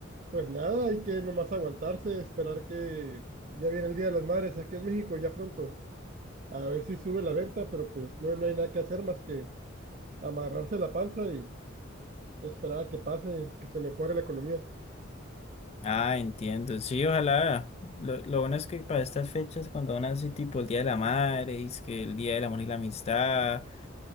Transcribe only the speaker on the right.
Pues nada, hay que nomás aguantarse, esperar que ya viene el Día de las Madres aquí en México, ya pronto. A ver si sube la venta, pero pues no, no hay nada que hacer más que amarrarse la panza y esperar a que pase, que se mejore la economía.